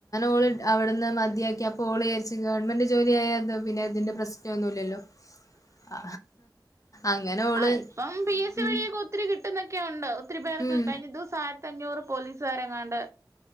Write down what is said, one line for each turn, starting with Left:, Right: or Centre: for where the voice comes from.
Left: ഓള് അവിടുന്ന് മതിയാക്കി ആ പോളിരിച്ച ഗവൺമെന്റ് ജോലിയ ആയത് പിന്നെ ഇതിന്റെ പ്രശ്നമൊന്നുമില്ലല്ലോ. ആ, അങ്ങനെ ഓള്
Right: ആ ഇപ്പം പി എസ് സി
Left: ഉം.
Right: വഴിയൊക്കെ ഒത്തിരി കിട്ടുന്നൊക്കെ ഉണ്ട് ഒത്തിരി പേർക്ക്
Left: ഉം.
Right: കഴിഞ്ഞ ദിവസം ആ അഞ്ഞൂറ് പോലീസുകാര് എങ്ങാണ്ട്